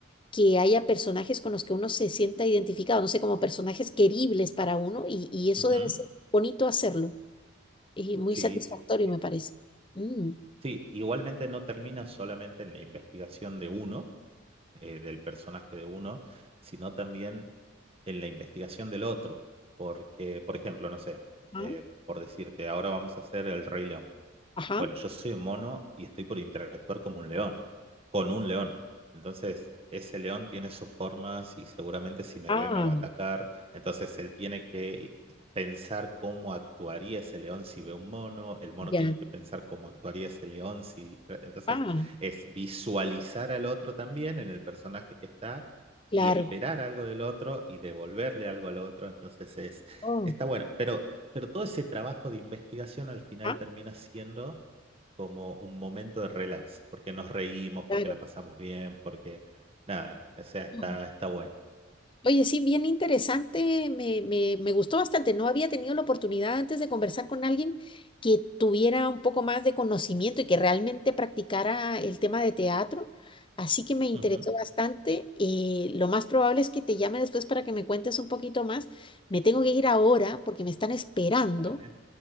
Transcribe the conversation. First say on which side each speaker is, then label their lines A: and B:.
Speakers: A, on the left; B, on the right.
A: que haya personajes con los que uno se sienta identificado, no sé, como personajes queribles para uno y, y eso
B: ujú.
A: debe ser bonito hacerlo y muy
B: Sí,
A: satisfactorio,
B: sí, sí, sí.
A: me parece. Mm,
B: Sí, igualmente no termina solamente en la investigación de uno, eh, del personaje de uno, sino también en la investigación del otro. Porque, por ejemplo, no sé,
A: ajá,
B: eh, por decirte, ahora vamos a hacer el Rey León.
A: ajá.
B: Bueno, yo soy un mono y estoy por interactuar como un león, con un león. Entonces, ese león tiene sus formas y seguramente si me
A: Ah,
B: ve me va a atacar. Entonces, él tiene que pensar cómo actuaría ese león si ve un mono. El mono
A: Ya,
B: tiene que pensar cómo actuaría ese león si... Entonces,
A: ah,
B: es visualizar al otro también en el personaje que está
A: claro.
B: y esperar algo del otro y devolverle algo al otro. Entonces, es...
A: oh,
B: está bueno, pero... Pero todo ese trabajo de investigación al final
A: ah,
B: termina siendo como un momento de relax, porque nos reímos,
A: Claro.
B: porque la pasamos bien, porque nada, o sea, está,
A: Mm.
B: está bueno.
A: Oye, sí, bien interesante, me, me, me gustó bastante. No había tenido la oportunidad antes de conversar con alguien que tuviera un poco más de conocimiento y que realmente practicara el tema de teatro. Así que me interesó
B: Ujú,
A: bastante. y lo más probable es que te llame después para que me cuentes un poquito más. Me tengo que ir ahora porque me están esperando.
B: Dale.